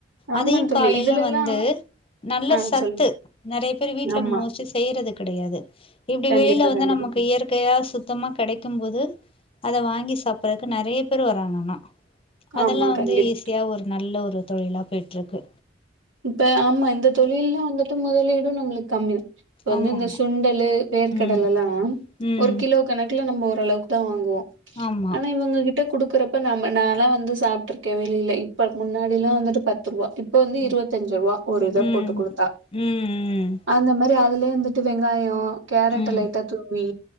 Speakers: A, on the right; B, on the left.
A: ஆமா
B: அதயு
A: தோழி
B: காலைய்ல
A: இதுலல்லா
B: வந்து நல்ல
A: ஆ
B: சத்து
A: சொல்லு
B: நெறய பேரு வீட்ல
A: ஆமா
B: மோஸ்ட்லி செய்றது கிடையாது இப்டி
A: கண்டிப்பா
B: வெளில வந்து
A: கண்டிப்பா
B: நமக்கு இயற் கையா சுத்தமா கெடைக்கும்போது அத வாங்கி சாப்பறதுக்கு நெறய பேர் வராங்க ஆனா அதெலா
A: ஆமா
B: வந்து
A: கண்டிப்பா
B: ஈஸியா ஒரு நல்ல ஒரு தொழிலா போய்ட்ருக்கு
A: இப்ப ஆமா இந்த தொழில்னு வந்துட்டு முதலீடு நம்முளுக் கம்மிதா இப்ப வந்து
B: ஆமா
A: இந்த
B: ஆமா
A: சுண்டலு வேர்கடலல்லா
B: ம் ம்
A: ஒரு கிலோக் கணக்குல நம்ப ஓரளவுக்குதா வாங்குவோ
B: ஆமா
A: ஆனா இவங்க கி ட்ட குடுக்கறப்ப நம்ம நாலா வந்து சாப்ட்ருக்கே வெளில இப்ப முன்னாடிலா வந்துட்டு பத்துருவா ப்ப வந்து
B: ம்
A: இருவத்தஞ்ரூவா ஒரு இத
B: ம்
A: போட்டு குடுத்தா
B: ம்
A: அந்த மாரி அதுலே வந்துட்டு வெங்காயோ கேரட்ட
B: ம் ம்
A: லைட்டா தூவி